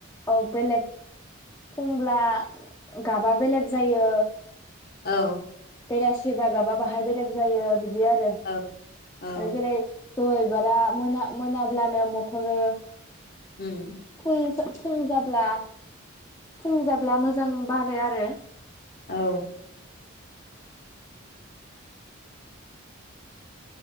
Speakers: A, on the left; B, on the left.
A: औ बेलेग फुंब्ला गाबा बेलेग जाय यो।
B: औ
A: बेलासि बा गाबा बाहाय बेलेग जायो बिद दि आरो आरो
B: औ औ
A: जेरै जबा बिबारा मोना-मोनाब्लानो मथरो।
B: उम
A: <unintelligible> फुं जाब्ला फुं जाब्ला मोजां बारो आरो।
B: औ